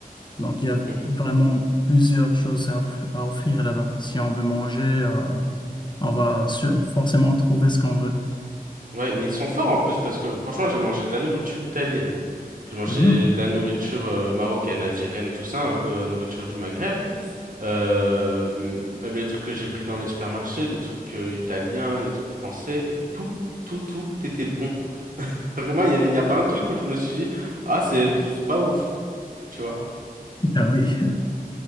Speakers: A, on the left; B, on the right.
A: Donc il y a
B: Mm.
A: vraiment plusieurs choses à, off- à offrir là-bas. Si on veut manger, euh, on va sur- forcément trouver ce qu'on veut.
B: Ouais, mais ils sont forts en plus parce que franchement, j'ai mangé de la nourriture italienne, j'ai mangé
A: Mhm.
B: de la nourriture euh, marocaine, algérienne, tout ça, un peu la nourriture du Maghreb. Euh, même les trucs que j'ai pris dans les supermarchés, des trucs euh, italiens, des trucs français, tout, tout, tout était bon. Vraiment, il n'y a, il y a pas un truc où je me suis dit, ah, c'est c'est pas ouf, tu vois.
A: Ah oui. <laughs>